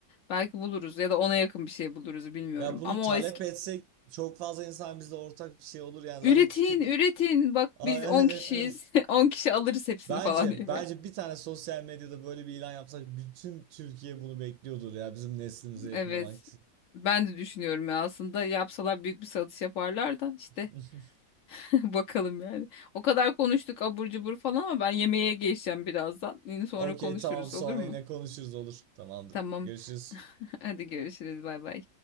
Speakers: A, on the left; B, on the right.
A: Belki buluruz ya da ona yakın bir şey buluruz bilmiyorum.
B: Ya bunu
A: Ama
B: talep
A: o eski
B: etsek çok fazla insan bizle ortak bir şey olur yani
A: üretin
B: zaten tüke...
A: üretin bak
B: Aa,
A: biz
B: <laughs> Yani,
A: 10 kişiyiz
B: evet.
A: <laughs> 10 kişi alırız hepsini
B: Bence
A: falan diye
B: bence
A: böyle.
B: bir tane sosyal medyada böyle bir ilan yapsak bütün Türkiye bunu bekliyordur ya bizim neslimize yakın
A: Evet
B: olan kişi.
A: ben de düşünüyorum ya aslında yapsalar büyük bir satış yaparlar da işte.
B: <laughs>
A: <laughs> Bakalım yani. O kadar konuştuk abur cubur falan ama ben yemeğe geçeceğim birazdan. Yine Sonra
B: Okey
A: konuşuruz
B: tamam sonra
A: olur mu?
B: yine konuşuruz olur. Tamamdır.
A: Tamam.
B: Görüşürüz.
A: <laughs> Hadi görüşürüz. Bay bay.